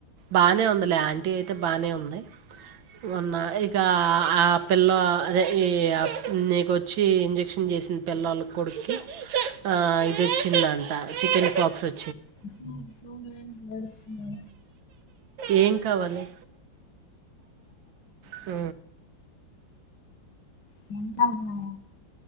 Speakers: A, on the right; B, on the left.
A: బానే ఉంది లే, ఆంటీ అయితే బానే ఉంది. ఉన్నా ఇకా ఆ పిల్లో అదే ఈ నీకొచ్చి ఇంజక్షన్ చేసింది. పిల్లళ కొడుక్కి ఆ ఇదోచ్చిందంట చికెన్ ఫాక్స్ వో
B: హుహూ రే ఏడుస్తుందే
A: ఏం కావాలి హు
B: <unintelligible> న్నదా